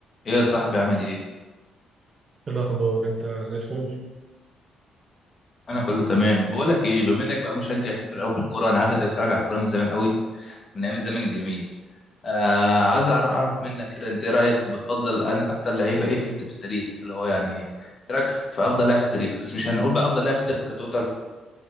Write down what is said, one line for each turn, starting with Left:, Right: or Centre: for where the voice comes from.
Left: ايه يا صاحبي عامل ايه
Right: إيه الأخبار أنت زي الفل
Left: انا كله تمام بقول لك ايه بما انك بقى مشجع كبير قوي في الكوره انا عارف انت بتتفرج على الكوره من زمان قوي من ايام الزمن الجميل آه عايز أعر- اعرف منك كده انت ايه رايك وبتفضل أن- اكتر لعيبه ايه في في التاريخ اللي هو يعني ايه رايك في افضل لاعب في التاريخ بس مش هنقول بقى افضل لاعب في التاريخ كتوتال